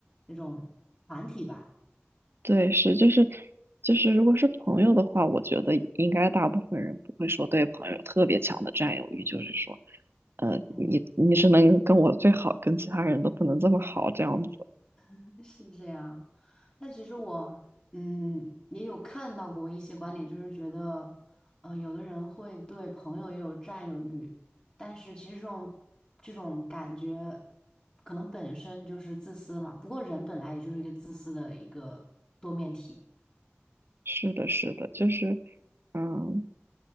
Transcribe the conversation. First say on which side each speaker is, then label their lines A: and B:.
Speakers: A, on the left (about 20°); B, on the right (about 65°).
A: 那种团体吧。
B: 对，是就是就是，如果是朋友的话，我觉得应该大部分人不会说对朋友特别强的占有欲，就是说，呃，
A: 嗯。
B: 你你是能跟我最好，跟其他人都不能这么好，这样子。
A: <laughs> 是这样，但其实我嗯也有看到过一些观点，就是觉得，呃，有的人会对朋友也有占有欲，但是其实这种这种感觉可能本身就是自私嘛。不过人本来也就是一个自私的一个多面体。
B: 是的，是的，就是，嗯。